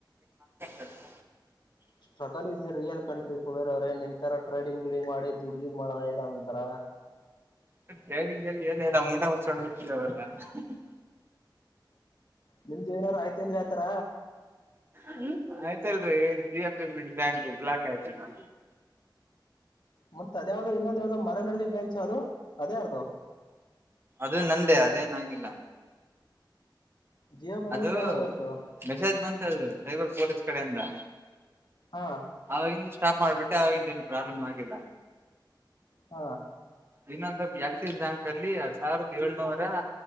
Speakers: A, on the right; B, on the left.
A: <unintelligible>
B: struggle is a real country ಕುಬೇರವ್ರೇ ನಿನ್ ಇತರ ಟ್ರೇಡಿಂಗ್ ಗಿಡಿಂಗ್ ಮಾಡಿ ದುಡ್ಡು ಗಿಡ್ ಮಾಡಿ <unintelligible> ಒಂತರ
A: ಮತ್ತ ಹೇಳಿಂಗಗೆಲ್ಲಿ ಎಏಲ್ಲ ಇಲ್ಲ ಮುಂಡ ಹೊಚ್ಚೊಂಡ ಹುಟ್ಟ ಅವ್ರಲ್ಲ <unintelligible>
B: ನಿಮಗೆ ಏನಾರು ಆಯ್ತ್ ಏನ್ರೀ ಆತರ.
A: ಹ್ಮ್ ಆಯ್ತಲ್ರರಿ ಜಿಯೋ ಪೇಮೆಂಟ್ ಬ್ಯಾಂಕ್ ಬ್ಲಾಕ್ ಆಯ್ತಲ್ಲ
B: ಮತ್ತ್ ಅದ ಯಾವ್ದೋ ಇನ್ನೊಂದು ಯಾವ್ದೋ ಮರನಳ್ಳಿ ಬೆಂಚ್ ಅದು ಅದ್ ಯಾರದು.
A: ಅದು ನಂದೇ ಅದೇನಾಗಿಲ್ಲ.
B: ಜಿಯೋ ಪೇಮೆಂಟ್
A: ಅದು
B: ಯಾವಾಗ ಆಯ್ತು
A: ಮೆಸೇಜ್ ಬಂತ ಅದು ಸೈಬರ್ ಪೋರ್ಸ್ ಕಡೆಯಿಂದ.
B: ಹಾ
A: ಅವಾಗಿಂದ ಸ್ಟಾಪ್ ಮಾಡ್ಬಿಟ್ಟೆ ಆವಾಗಿಂದ ಏನು ಪ್ರಾಬ್ಲಮ್ ಆಗಿಲ್ಲ.
B: ಹಾ
A: ಇನ್ನೊಂದ್ ಆಕ್ಸಿಸ್ ಬ್ಯಾಂಕ್ ಅಲ್ಲಿ ಸಾವಿರದ ಏಳ್ನೂರ